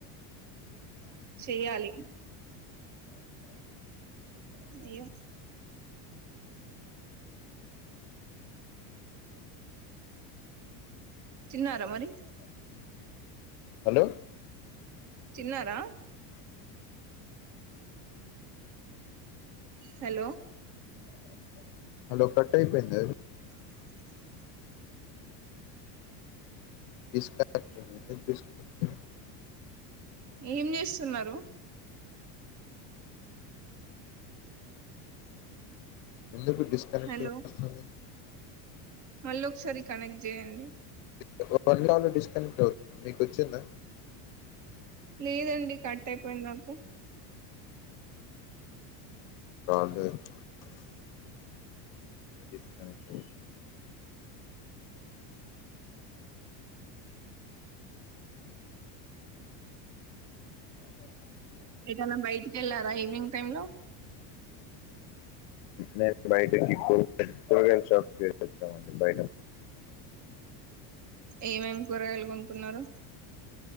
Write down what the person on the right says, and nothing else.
చెయాలి అయ్యో తిన్నార మరి
చిన్నార హలో
అ
ఏం చేస్తున్నారు
హలో
మళ్ళీ ఒకసారి కనెక్ట్ చేయండి
లేదండి కట్ అయిపోయింది నాకు
ఏదైన బయటికి వెళ్ళారా ఈవినింగ్ టైమ్ లో
ఏమేమి కూరగాయాలు కొనుకున్నారు